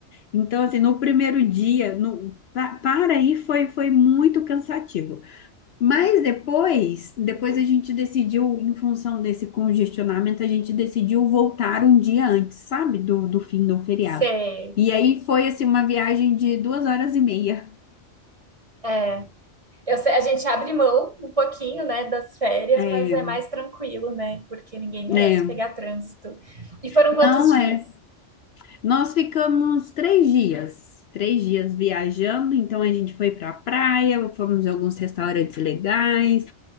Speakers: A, on the left (about 65°); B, on the right (about 30°).
A: Então, assim, no primeiro dia, no, pa- para aí foi, foi muito cansativo. Mas depois, depois a gente decidiu, em função desse congestionamento, a gente decidiu voltar um dia antes, sabe? Do, do fim do feriado.
B: Sei.
A: E aí foi, assim, uma viagem de duas horas e meia.
B: É. Eu sei, a gente abre mão um pouquinho, né, das férias,
A: É,
B: mas é mais tranquilo, né? Porque ninguém merece
A: é,
B: pegar trânsito. E foram
A: não
B: quantos dias?
A: é. Nós ficamos três dias, três dias viajando, então a gente foi para a praia, fomos em alguns restaurantes legais,